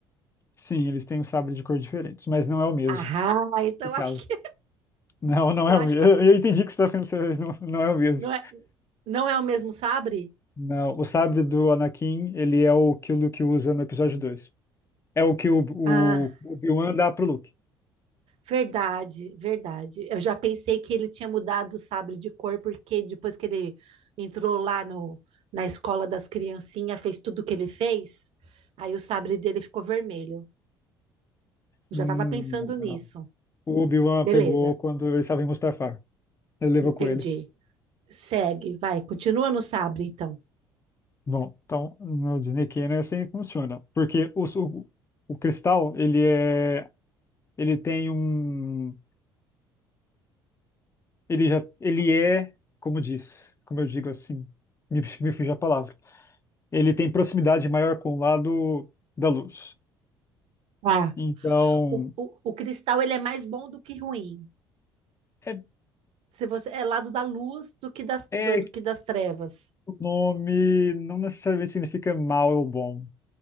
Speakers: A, on the left; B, on the right.
A: Sim, eles têm um sabre de cor diferentes, mas não é o mesmo,
B: Ah, então
A: nesse
B: acho,
A: caso.
B: que-
A: <laughs> Não, não
B: eu
A: é
B: acho
A: o mesmo.
B: que
A: Eu
B: é-
A: eu entendi o que você está pensando, mas não, não é o mesmo.
B: não é, não é o mesmo sabre?
A: Não, o sabre do Anakin, ele é o que o Luke usa no episódio 2. É o que o, o,
B: Ah.
A: o Obi-Wan dá pro Luke.
B: Verdade, verdade. Eu já pensei que ele tinha mudado o sabre de cor, porque depois que ele entrou lá no, na escola das criancinhas, fez tudo o que ele fez, aí o sabre dele ficou vermelho. Eu
A: Hum,
B: já estava pensando nisso.
A: Não. O Obi-Wan
B: Beleza,
A: pegou quando ele estava em Mustafar. Ele levou
B: entendi.
A: com ele.
B: Segue, vai, continua no sabre, então.
A: Bom, então no Disney Canon é assim que funciona. Porque o, o, o cristal, ele é. Ele tem um. Ele já. Ele é. Como diz. Como eu digo assim. Me, me fugiu a palavra. Ele tem proximidade maior com o lado da luz.
B: ah
A: Então.
B: O, o, o cristal, ele é mais bom do que ruim.
A: É,
B: Se você é lado da luz do que das,
A: é,
B: do, do
A: que
B: que das trevas.
A: o nome não necessariamente significa mal ou bom.